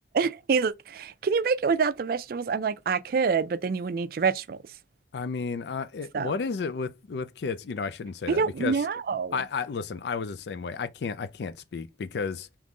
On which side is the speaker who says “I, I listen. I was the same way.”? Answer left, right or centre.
Left